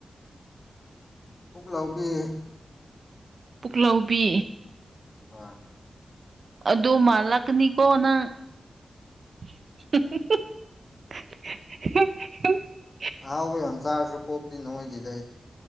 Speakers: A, on the left; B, on the right.
A: ꯎꯛꯂꯥꯎꯕꯤ
B: ꯄꯨꯛꯂꯥꯎꯕꯤ
A: ꯑꯥ
B: ꯑꯗꯨ ꯃꯥꯂꯛꯅꯤ ꯀꯣꯅ <unintelligible>
A: ꯍꯥꯎ ꯍꯪꯁꯥꯔꯁꯨ ꯄꯣꯣꯛꯗꯤ ꯅꯣꯏꯗ